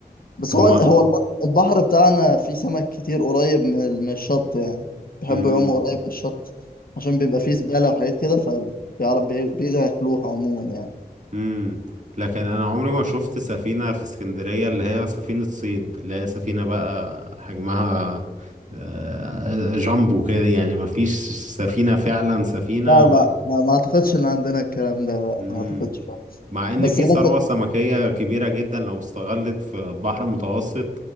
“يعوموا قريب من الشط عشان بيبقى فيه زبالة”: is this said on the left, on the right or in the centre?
Left